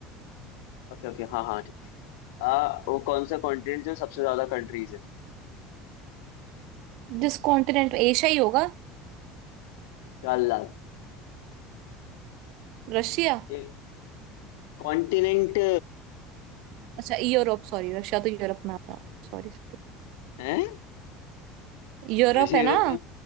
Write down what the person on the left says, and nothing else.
ओके ओके हाँ हाँ ठीक है आ, वो कौन सा कॉन्टिनेंट जो सबसे ज्यादा कंट्रीज है
गलत
एक कॉन्टिनेंट
है
रशिया
यूरोप
में